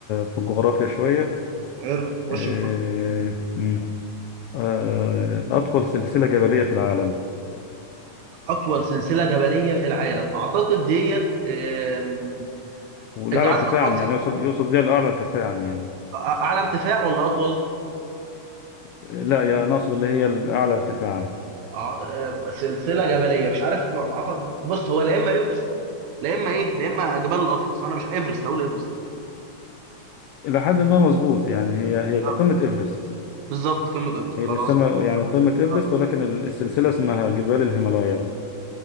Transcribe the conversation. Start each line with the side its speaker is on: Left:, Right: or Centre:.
Left: في الجغرافيا شويه
Right: حلو خش
Left: آه،
Right: بقى.
Left: مم. آه، اطول سلسله جبليه في العالم
Right: اطول سلسله جبليه في العالم اعتقد ديت آم،
Left: والاعلى
Right: انت عايز
Left: ارتفاعا
Right: اطول
Left: يعني
Right: سل-
Left: يقصد يقصد بها الاعلى ارتفاعا يعني
Right: اعلى ارتفاع ولا اطول
Left: لا يا ناقصد اللي هي الاعلى ارتفاعا
Right: آه، سلسله جبليه مش عارف ما- ما أعتقد- بص هو لا اما ايفرست لا اما ايه لا اما جبال الاطلس فانا مش ايفرست اقول ايفرست
Left: إلى حد ما مظبوط يعني هي هي قمة
Right: آه،
Left: إيفرست
Right: بالظبط قمه ايفرست
Left: هي
Right: خلاص
Left: بيسمى يعني قمة إيفرست
Right: آه،
Left: ولكن ال- السلسلة اسمها جبال الهيمالايا